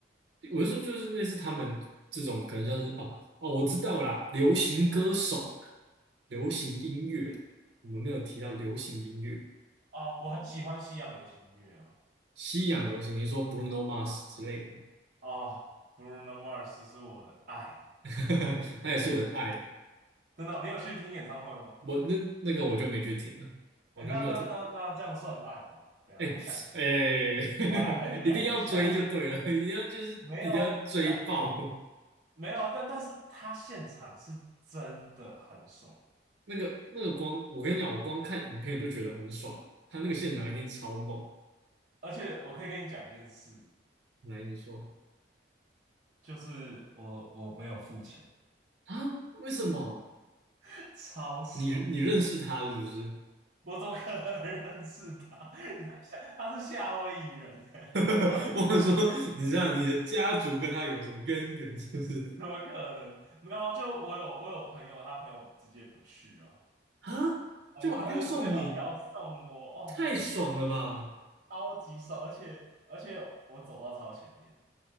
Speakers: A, on the right; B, on the right.
A: 我是说就是类似他们这种，可能像是哦哦，我知道啦，流行歌手，
B: 有
A: 流行音乐啊，我们没有提到流行音乐。
B: 啊，我很喜欢西洋流行音乐啊
A: 西洋流行，你是说 Bruno Mars 之类的吗？
B: 啊，Bruno Mars 是我的爱，
A: <laughs> 他也是我的爱，
B: 真的哦你有去听演唱会吗？
A: 我那那个我就没去听了，我就没有特
B: 哎，那那那那这样算爱吗？等一下我想一下。
A: 哎哎，
B: 我来衡量一下哦
A: <laughs> 一定要追就对了，一定要就是一定要追爆
B: 没有啊，没有啊，但但是他现场是真的很爽，
A: 那个那个光，我跟你讲，我光看影片就觉得很爽，他那个现场一定超猛。
B: 而且我可以跟你讲一件事，
A: 来，你说
B: 就是我我没有付钱，
A: 啊，为什么
B: <laughs> 超爽。
A: 你你认识他是不是？
B: 我怎么可能认识他？<laughs> 你在想他是夏威夷人、欸，
A: <laughs>
B: <laughs> 我
A: 我想说，你知道你的家族跟他有什么渊源，是不是？
B: 怎么可能？没有啊，就我有我有朋友，他朋友直接不去啊，
A: 啊，就把票送你，
B: 他就直接把票送我，哦，
A: 太爽了吧！
B: 超级爽，而且而且我走到超前面，